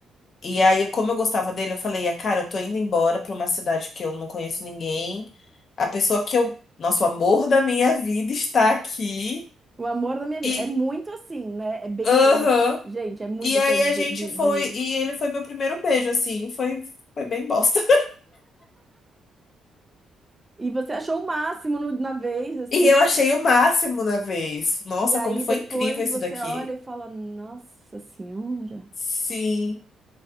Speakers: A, on the left (about 50°); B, on the right (about 20°).
A: E aí, como eu gostava dele, eu falei, ah, cara, eu tô indo embora pra uma cidade que eu não conheço ninguém. A pessoa que eu, nosso amor da minha vida está aqui.
B: O amor da minha vida.
A: E,
B: É muito assim, né? É bem
A: aham.
B: coisa. Gente, é muito
A: E aí
B: coisa
A: a
B: de,
A: gente
B: de,
A: foi,
B: de-
A: e ele foi meu primeiro beijo, assim, foi, foi bem bosta.
B: E você achou o máximo no- na vez, assim,
A: E eu achei o máximo na vez. Nossa,
B: e aí
A: como foi
B: depois
A: incrível isso
B: você
A: daqui.
B: olha e fala, nossa senhora.
A: Sim,